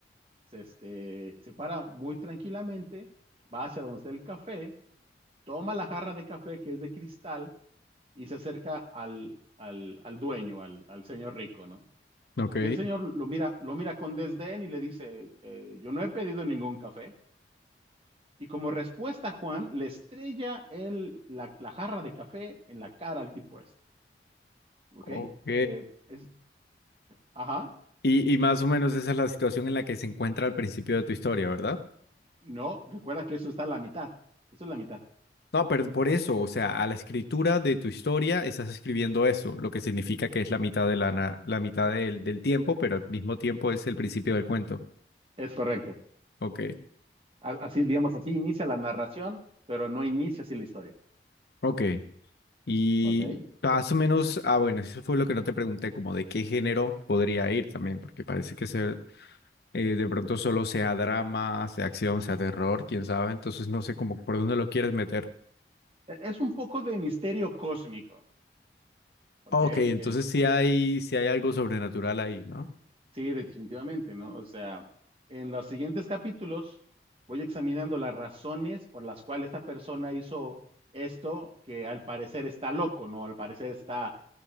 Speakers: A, on the right (about 30°); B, on the left (about 65°).
A: se, este, se para muy tranquilamente, va hacia donde está el café toma la jarra de café que es de cristal y se acerca al, al, al dueño, al, al señor rico, ¿no?
B: Ok.
A: Y el señor lo mira, lo mira con desdén y le dice, eh, yo no he pedido ningún café. Y como respuesta, Juan le estrella el, la, la jarra de café en la cara al tipo este, ¿ok?
B: Ok.
A: Eh, es, ajá,
B: Y, y más o menos esa es la situación en la que se encuentra al principio de tu historia, ¿verdad?
A: no, recuerda que eso está a la mitad, eso es la mitad.
B: No, pero por eso, o sea, a la escritura de tu historia estás escribiendo eso, lo que significa que es la mitad de la, na- la mitad del, del tiempo, pero al mismo tiempo es el principio del cuento.
A: Es correcto.
B: Ok,
A: Así, digamos, así inicia la narración, pero no inicia así la historia,
B: ok. Y
A: ¿ok? E-
B: más o menos, ah, bueno, eso fue lo que no te pregunté, como de qué género podría ir también, porque parece que se, eh, de pronto solo sea drama, sea acción, sea terror, quién sabe. Entonces no sé cómo por dónde lo quieres meter.
A: Es un poco de misterio cósmico, Ok,
B: Ok, entonces
A: este,
B: sí hay, sí hay algo sobrenatural ahí, ¿no?
A: sí, definitivamente, ¿no? O sea, en los siguientes capítulos voy examinando las razones por las cuales esta persona hizo esto, que al parecer está loco, ¿no? Al parecer está